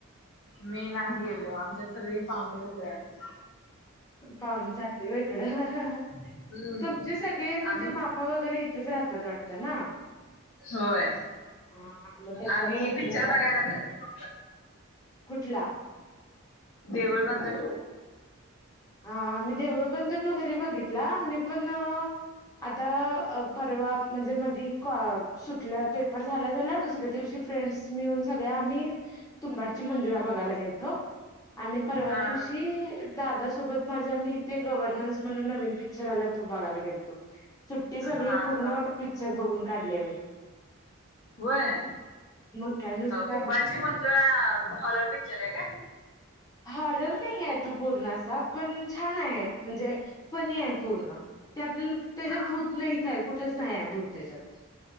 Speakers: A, on the left (about 65°); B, on the left (about 15°).
A: मी नाही गेलो आमच्यात सगळे पाहुणे लोक आलते
B: पाहुणे चालते ग इकडं
A: हम्म
B: तुमचे सगळे म्हणजे
A: आम्ही
B: मामा वगैरे इथच राहतात वाटत ना
A: होय
B: हा मग त्याच्यामुळे
A: आम्ही
B: तुला
A: पिक्चर
B: जात
A: बघायला
B: नाही
A: गेलतो
B: कुठला
A: देवूळ बंद टू
B: हा मी देऊळ बंद तर टू घरी बघितला मी पण आता परवा म्हणजे मध सुटलं पेपर झाला झाल्या दुसऱ्या दिवशी फ्रेंड्स मिळून सगळ्या आम्ही तुंबाडची मंजुळा बघायला गेलतो आणि परवा
A: हा
B: दिवशी दादा माझ्या मीथे गव्हर्न्स म्हणून नवीन पिक्चर आला तो बघयला गेलो सुट्टी सगळी
A: हा
B: पूर्ण
A: गवा
B: पिक्चर बघून काढले मी
A: होय
B: मग काय नुसता
A: तुंबाडशी मंजुळा हॉरर पिक्चर आहे का
B: हॉरर नाहीये तो पूर्ण असा पण छान आहे म्हणजे फनी आहे पूर्ण ते आपल्या त्याच्यात
A: हा
B: भूत नाही चाय कुठच नाही आहे भुत तेजात